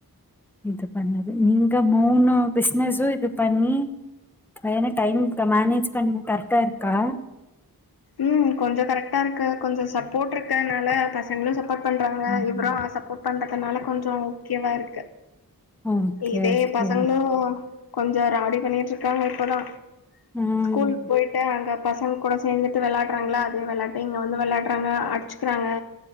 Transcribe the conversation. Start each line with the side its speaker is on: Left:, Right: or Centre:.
Centre: இது பண்ணது நீங்க மூனு பிசினஸு இது பண்ணி பயன டைம்க்கு மேனேஜ் பண்ண கரெட்டா இருக்கா
Left: ம் கொஞ்ச கரெக்டா இருக்கு கொஞ்ச சப்போட் இருக்கனால ப சங்களு சப்போட் பண்றாங்க
Centre: ஆமா
Left: இவரு சப்போட் பண்றதுனால கொஞ்ச ஓகேவா இருக்கு
Centre: ஓகே
Left: இதே
Centre: ஓகே
Left: பசங்களு கொஞ்ச ராவடி பண்ணிட்ருக்காங்க இப்பதா
Centre: ம்
Left: ஸ்கூலுக் போயிட்டு அங்க பசங்க கூட சேந்து வெளாட்றாங்ளா அதே வெளாட்ட இங்க வந்து வெளாட்றாங்க அடிச்சுக்குறாங்க